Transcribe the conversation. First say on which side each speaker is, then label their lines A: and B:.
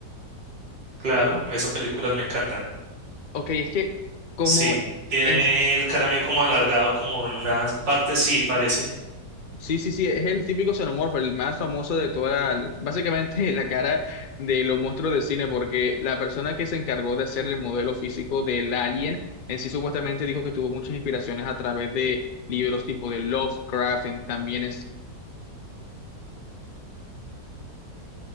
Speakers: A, on the right (about 80°); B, on the left (about 85°).
A: claro, esas películas me encantan,
B: Ok, es que como
A: sí, tiene
B: en...
A: el cráneo como alargado como en una parte, sí parece,
B: Sí, sí, sí, es el típico xenomorfo, el más famoso de toda la... Básicamente <laughs> la cara de los monstruos de cine, porque la persona que se encargó de hacer el modelo físico del alien, en sí supuestamente dijo que tuvo muchas inspiraciones a través de libros tipo de Lovecraft, en- también es...